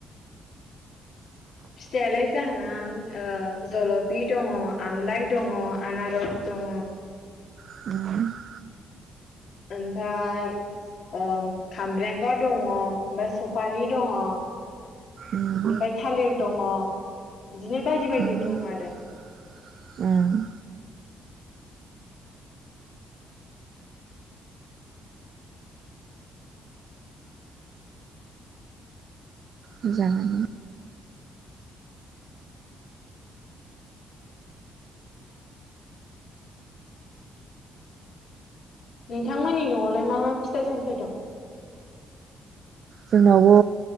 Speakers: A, on the right; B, on the left.
A: <unintelligible>
B: फिथालाय जाहोना ओ जलफि दङ आमलाइ दङ आनारस दङ
A: <unintelligible>
B: ओमफाय ओं खामब्रेंगा दङ ओमफ्राय सफारि दङ
A: उम
B: ओमफ्राय थालिर दङ बिदिनो बायदि बायदि
A: उम
B: दं आरो
A: <unintelligible> मोजाङानो
B: नोंथांमोननि न'आवलाय मा मा फिथाइ सामथाय दं
A: जोंनावबो